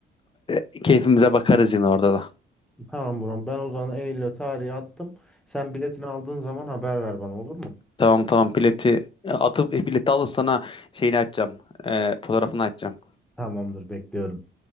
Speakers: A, on the left; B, in the centre.
A: E, Keyfimize bakarız yine orada da.
B: Tamam bro ben o zaman Eylül'e tarihi attım. Sen biletini aldığın zaman haber ver bana olur mu?
A: Tamam tamam bileti atıp bileti alıp sana şeyini açacağım. E, fotoğrafını açacağım.
B: Tamamdır bekliyorum.